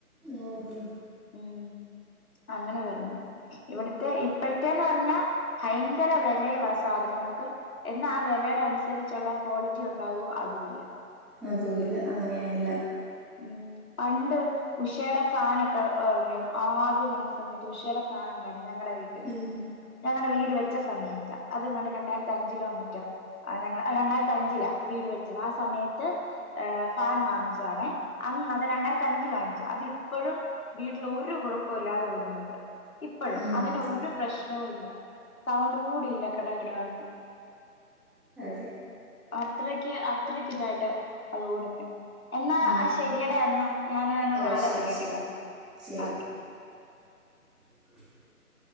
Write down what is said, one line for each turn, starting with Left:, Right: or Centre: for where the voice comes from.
Centre: ഓഹോ
Left: ഉം അങ്ങനെ പറഞ്ഞു ഇവിടുത്തെ ഇപ്പോഴത്തെ ന്ന് പറഞ്ഞാ ഭയങ്കര വെലയുവാ സാധനങ്ങക്ക് എന്നാ ആ വെലയുടെ അനുസരിച്ചുള്ള ക്വാളിറ്റി ഉണ്ടാവോ അതുവില്ല
Centre: അതും ഇല്ല അങ്ങനെയല്ല
Left: ഉം പണ്ട് ഉഷേടെ ഫാനൊക്കെ ഇറങ്ങിയപ്പൊ ആദ്യം വന്ന സമയത്ത് ഉഷേടെടെ ഫാൻ ഉണ്ടായിരുന്നേ വീട്ടില്
Centre: ഉം.
Left: ഞാന വീട് വെച്ച സമയത്ത് അതെങ്ങാണ്ട് രണ്ടായിരത്തി യഞ്ചിലോ മറ്റോ ഞങ്ങ രണ്ടായിരത്തി അഞ്ചിലാ വീട് വെച്ചത് ആ സമയത്ത് ഏ ഫാൻ വാങ്ങിച്ചതാണെ അന്ന് അത് രണ്ടായിരത്തിയഞ്ചി വാങ്ങിച്ചത് അതിപ്പോഴും വീട്ടിൽ ഒരു കുഴപ്പവുമില്ലാതെ ഓടുന്നുണ്ട് ഇപ്പഴും
Centre: ഉം.
Left: അതിന് ഒരു പ്രശ്നവുമില്ല സൗണ്ടുകൂടിയില്ല കെട കെടാന്ന്
Centre: അതെ
Left: അത്രയ്ക്ക് അത്രക്കിതായിട്ട് അതോടുന്നേ എന്നാ
Centre: ഉം.
Left: ആ ശരിയെടാ എന്നാ ഞാൻ എന്നാ
Centre: ഓ
Left: നാളെ
Centre: ശരി
Left: വിളിക്കാം
Centre: ശരി
Left: കെട്ടോ
Centre: ശരി
Left: ഓക്കേ
Centre: <unintelligible>